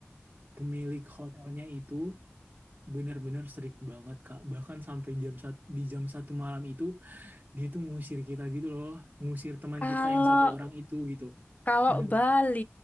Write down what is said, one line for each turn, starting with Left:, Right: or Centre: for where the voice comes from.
Right: pemilik hotelnya itu benar-benar strict banget Kak. Bahkan sampai jam satu di jam satu malam itu dia tuh ngusir kita gitu loh, ngusir teman
Left: Kalau
Right: kita yang satu orang itu gitu.
Left: kalau
Right: Bener.
Left: Bali